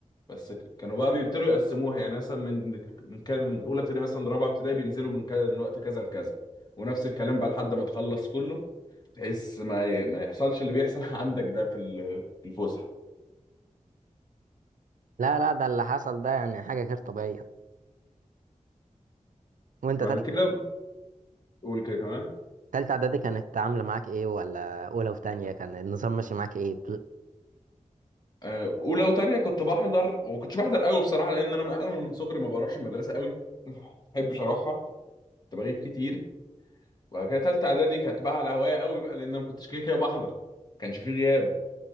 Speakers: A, on the left (about 30°); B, on the right (about 80°).
A: بس ك- كانوا بقى بيبتدوا يقسموها يعني مثلا من من كام من اولى ابتدائي مثلا لرابعه ابتدائي بينزلوا من كذا من وقت كذا لكذا ونفس الكلام بقى لحد ما تخلص كله تحس ما ي- ما يحصلش اللي بيحصل <laughs> عندك ده في ال- في الفسحه
B: لا لا ده اللي حصل ده يعني حاجة غير طبيعية وانت
A: بعد
B: تالتة
A: كده قول كده كمان
B: تالتة إعدادي كانت عاملة معاك ايه ولا أولى وتانية كان النظام ماشي معاك ايه
A: آه، اولى وتانية كنت بحضر وما كنتش بحضر قوي بصراحه لان انا من أنا من صغري ما بروحش المدرسه قوي ما بحبش اروحها كنت بغيب كتير وبعد كده تالتة اعدادي كانت بقى على هوايه قوي بقى لان أنا ما كنتش كده كده بحضر ما كانش فيه غياب